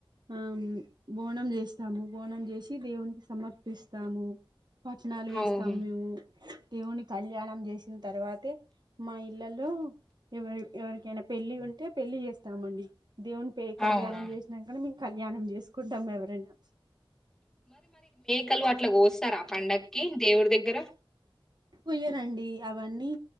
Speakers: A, on the right (about 50°); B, in the centre.
A: ఆ బోనం చేస్తాము బోనం చేసి దేవునికి ఇస్ సమర్పిస్తాము పట్నాలు వేస్తాం
B: అవును.
A: మేము దేవుని కళ్యాణం చేసిన తర్వాతే మా ఇళ్లలో ఎవరి ఎవరికైనా పెళ్లి ఉంటే పెళ్లి చేస్తామండి దేవుని పే కళ్యాణం
B: అవునా
A: చేసినకనే కళ్యాణం చేసుకుంటాం ఎవరైనా
B: అసలు అట్లా కోస్తరా పండకి దేవుడి దగ్గర
A: కొయ్యరండి అవన్నీ